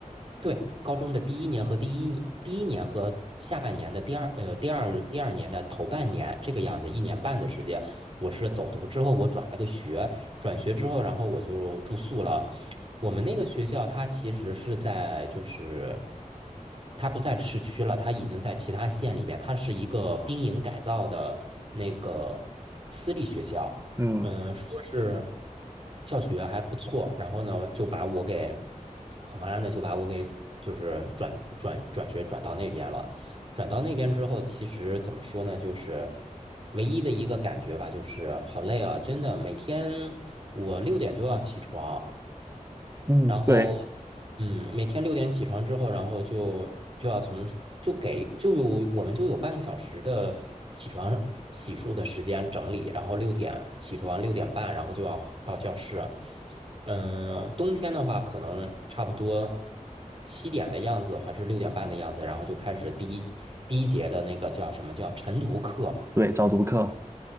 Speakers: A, on the right; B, on the right.
A: 对，高中的第一年和第一年，第一年和下半年的第二，呃，第二第二年的头半年这个样子，一年半的时间，我是走读之后，我转了个学，转学之后，然后我就住宿了，我们那个学校它其实是在就是它不在市区了，它已经在其他县里面，它是一个兵营改造的那个私立学校。
B: 嗯
A: 嗯，说是教学还不错，然后呢就把我给我妈呢就把我给就是转转转学转到那边了。转到那边之后，其实怎么说呢，就是唯一的一个感觉吧，就是好累啊，真的，每天我六点就要起床。
B: 嗯，
A: 然后，
B: 对
A: 嗯，每天六点起床之后，然后就就要从就给就有我们就有半个小时的起床洗漱的时间整理，然后六点起床，六点半，然后就要到教室。嗯，冬天的话，可能差不多七点的样子，还是六点半的样子，然后就开始第一第一节的那个叫什么叫晨读课。
B: 对，早读课